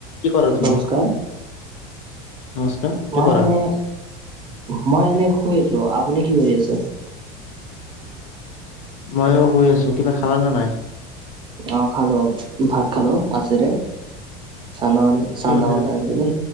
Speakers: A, on the left; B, on the right.
A: কি কৰা তুমি?
B: নমস্কাৰ
A: নমস্কাৰ, কি
B: মই
A: কৰা?
B: এনে, মই এনে শুই আছো আপুনি কি কৰি আছে?
A: ময়ও শুই আছো কিবা খালা নে নাই?
B: অ' খালো ভাত খালো মছেৰে। চান্া মান
A: কি
B: চান্া
A: মাছেৰে
B: মাছ আনিছিলে